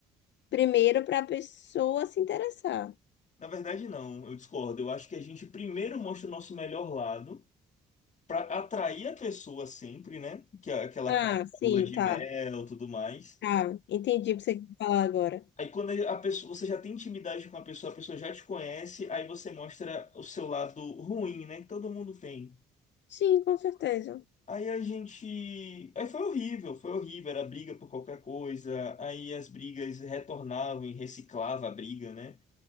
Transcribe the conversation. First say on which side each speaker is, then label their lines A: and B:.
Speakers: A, on the left; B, on the left.
A: Primeiro para a pessoa se interessar.
B: Na verdade, não, eu discordo. Eu acho que a gente primeiro mostra o nosso melhor lado para atrair a pessoa sempre, né? Que é aquela
A: Ah,
B: fase
A: sim,
B: da lua de
A: tá.
B: mel, tudo mais.
A: Tá, entendi o que você quer falar agora.
B: Aí quando a pessoa, você já tem intimidade com a pessoa, a pessoa já te conhece, aí você mostra o seu lado ruim, né? Que todo mundo tem.
A: Sim, com certeza.
B: Aí a gente. Aí foi horrível, foi horrível. Era briga por qualquer coisa. Aí as brigas retornavam e reciclava a briga, né?